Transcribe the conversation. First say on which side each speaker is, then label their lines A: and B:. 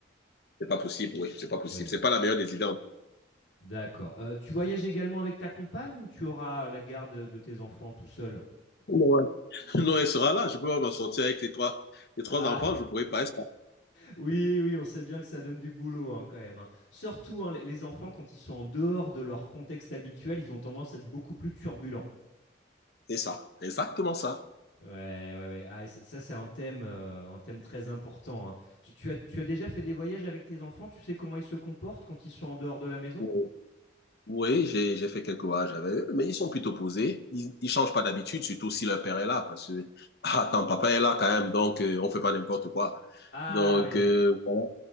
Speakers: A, on the left; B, on the left.
A: C'est pas possible, oui. C'est pas possible.
B: Oui,
A: C'est pas la meilleure des idées.
B: d'accord. Euh, tu voyages également avec ta compagne ou tu auras euh, la garde de tes enfants tout seul?
A: Ouais. <laughs> Non, elle sera là. Je peux pas m'en sortir avec les trois, les trois
B: Ah,
A: enfants. Je pourrais pas.
B: Oui, oui, on sait bien que ça donne du boulot hein, quand même. hein. Surtout hein, les, les enfants, quand ils sont en dehors de leur contexte habituel, ils ont tendance à être beaucoup plus turbulents.
A: C'est ça. Exactement ça.
B: Ouais, ouais, ouais. Ah, et ça, ça, c'est un thème, euh, un thème très important. hein. Tu, tu as, tu as déjà fait des voyages avec tes enfants? Tu sais comment ils se comportent quand ils sont en dehors de la maison?
A: Oui, Oui, j'ai j'ai fait quelques voyages avec eux, mais ils sont plutôt posés. Ils, ils changent pas d'habitude, surtout si leur père est là, parce que <laughs> ah, ton papa est là quand même, donc euh, on fait pas n'importe quoi.
B: Ah
A: Donc
B: oui.
A: euh, voilà.